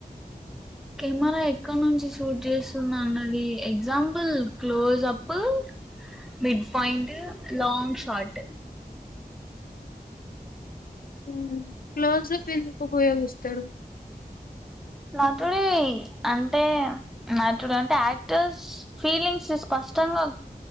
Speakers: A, in the centre; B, on the left.
A: కెమెరా ఎక్కడ నుంచి షూట్ చేస్తుంది అన్నది example close up mid point long shot
B: హ క్లోజప్ ఎందుకు ఉపయోగి తరు
A: నంటుడి అంటే నటుడు అంటే యాక్ టర్స్ ఫీలింగ్స్ స్పష్టంగా